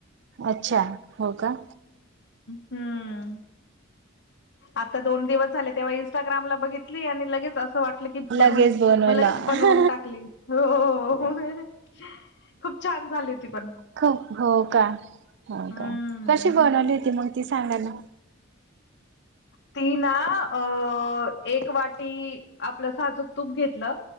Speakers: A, on the right (about 60°); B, on the left (about 60°).
A: अच्छा हो कां
B: हम्मं आतां दोन दिवसं झाले तेंव्हा इन्स्टाग्रामलां बघितली आणि लगेचं असं वाटलं की बनवूं
A: लगेच बनवायला
B: मंग लंगेच बनवूंन टाकलं हो हो हं हं खूंप छांन झालीं होती पणं
A: खो हो कां हं
B: हम्म
A: कशी बनवली होती मंग ती सांगा नां
B: ती नां अं एक वांटी आपलं साजूंक तूंप तूंप घेतलं